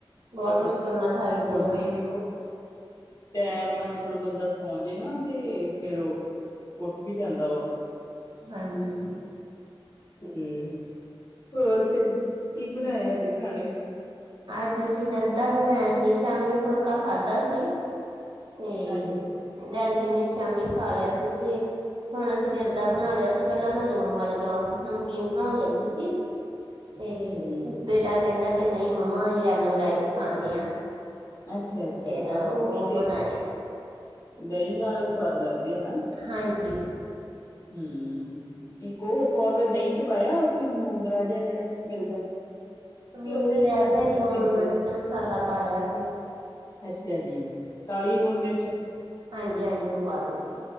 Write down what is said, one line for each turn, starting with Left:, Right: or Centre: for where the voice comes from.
Right: ਬਹੁਤ
Left: ਹੁਣ
Right: ਮੁਸ਼ਕਿਲ ਨਾਲ ਉਠਾਈਦੇ
Left: ਉੱਠਦੇ
Right: ਆ।
Left: ਨੀ ਉਹ ਟੈਮ ਨਾ ਮਤਲਬ ਤੇ ਬੰਦਾ ਸੌਂ ਜੇ ਨਾ ਤੇ, ਫਿਰ ਉੱਠ ਵੀ ਜਾਂਦਾ ਵਾ।
Right: ਹਾਂਜੀ।
Left: ਹਮ, ਹੋਰ ਫੇਰ ਕੀ ਬਣਾਇਆ ਅੱਜ ਖਾਣੇ 'ਚ
Right: ਅੱਜ ਅਸੀਂ ਜਰਦਾ ਬਣਾਇਆ ਸੀ, ਸ਼ਾਮੀ ਫੁਲਕਾ ਖਾਧਾ ਸੀ। ਤੇ,
Left: ਹਾਂਜੀ
Right: ਡੈਡੀ ਜੀ ਨੇ ਸ਼ਾਮੀ ਖਾ ਲਿਆ ਸੀ 'ਤੇ ਹੁਣ ਅਸੀਂ ਜਰਦਾ ਬਣਾ ਲਿਆ ਸੀ, ਪੈਲਾਂ ਮੈਂ ਲੂਣ ਵਾਲੇ ਚੌਲ ਨਮਕੀਨ ਬਣਾਉਣ ਲੱਗੀ ਸੀ। 'ਤੇ,
Left: ਅੱਛਾ ਜੀ
Right: ਬੇਟਾ ਕੈਂਦਾ ਕਿ ਨਹੀਂ ਮੰਮਾ, ਯੈਲੋ ਰਾਈਸ ਖਾਣੇ ਆ
Left: ਅੱਛਾ-ਅੱਛਾ,
Right: ਫਿਰ
Left: ਉਹ ਵੀ 'ਤੇ,
Right: ਬਣਾਏ
Left: ਦਹੀਂ ਨਾਲ ਸਵਾਦ ਲੱਗਦੇ ਆ ਹਨਾ
Right: ਹਾਂਜੀ।
Left: ਹਮ, ਇੱਕ ਉਹ ਪਾਉਂਦੇ ਦਹੀਂ 'ਚ ਪਾਇਆ ਤੂੰ ਮੂੰਗਰਾ ਜਿਹਾ ਜੇੜਾ ਮਿਲਦਾ। ਕਿ
Right: ਓ
Left: ਓਦਾਂ ਹੀ
Right: ਵੈਸੇ
Left: ਖਾਧੇ ਫਿਰ
Right: ਲੂਣ,
Left: ਸਿੰਪਲ
Right: ਮਿਰਚਤੇ
Left: ਦੇ
Right: ਮਸਾਲਾ ਪਾ ਲਿਆ ਸੀ।
Left: ਅੱਛਾਜੀ, ਕਾਲੀ ਲੂਣ ਮਿਰਚ।
Right: ਹਾਂਜੀ-ਹਾਂਜੀ ਉਹ ਪਾਲ ਰਹੀ ਸੀ।